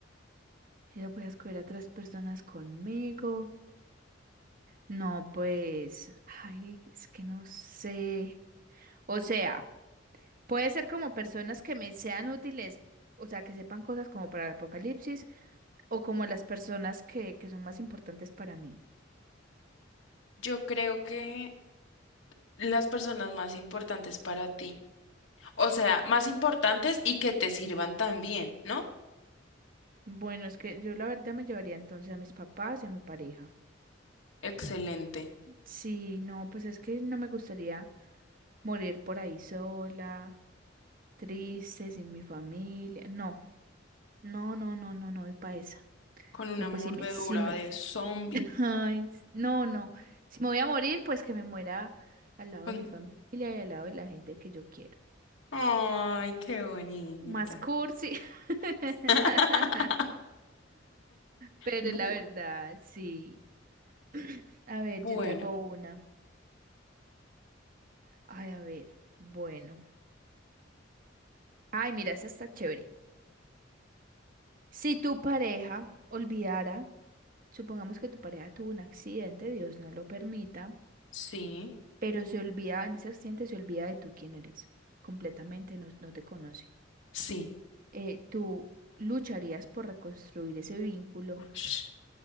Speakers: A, on the right (about 45°); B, on the left (about 75°).
A: y yo voy a escoger a tres personas conmigo. No, pues, ay, es que no sé. O sea, puede ser como personas que me sean útiles, o sea, que sepan cosas como para el apocalipsis o como las personas que, que son más importantes para mí.
B: Yo creo que las personas más importantes para ti, o sea, más importantes y que te sirvan también, ¿no?
A: Bueno, es que yo la verdad me llevaría entonces a mis papás y a mi pareja.
B: Excelente.
A: Sí, no, pues es que no me gustaría morir por ahí sola, triste, sin mi familia. No, no, no, no, no, no, y para esa.
B: Con una
A: No, pues
B: mordedura
A: si me, si me,
B: de zombie.
A: <laughs> ay, s- no, no. Si me voy a morir, pues que me muera al lado
B: con-
A: de mi familia y al lado de la gente que yo quiero.
B: Ay, qué bonita.
A: Más cursi. <laughs>
B: <laughs>
A: Pero
B: Bu-
A: la verdad, sí. <clears throat> A ver,
B: bueno,
A: yo te hago una. Ay, a ver, bueno. Ay, mira, esa está chévere. Si tu pareja olvidara, supongamos que tu pareja tuvo un accidente, Dios no lo permita,
B: sí,
A: pero se olvida, en ese accidente se olvida de tú quién eres, completamente no, no te conoce.
B: sí.
A: Eh, ¿tú lucharías por reconstruir ese vínculo?
B: Ush.